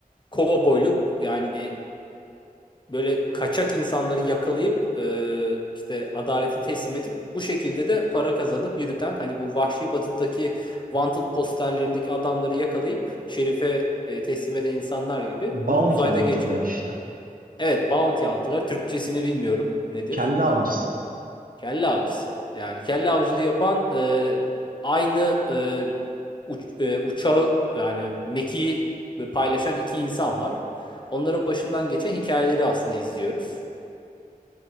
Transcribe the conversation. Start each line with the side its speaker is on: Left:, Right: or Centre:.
Left: kovboyluk yani böyle kaçak insanları yakalayıp e, işte adalete teslim edip bu şekilde de para kazanıp yürüten hani bu Vahşi Batı'daki wanted posterlerindeki adamları yakalayıp şerife e, teslim eden insanlar gibi
Right: Bounty
Left: bunu uzayda
Right: Hunter'lar
Left: geçen.
Right: işte.
Left: Evet bounty hunter'lar Türkçesini bilmiyorum nedir?
Right: Kelle avcısı.
Left: Kelle avcısı. Yani kelle avcılığı yapan e, aynı e, uç- e, uçağı yani mekiği paylaşan iki insan var. Onların başından geçen hikayeleri aslında izliyoruz.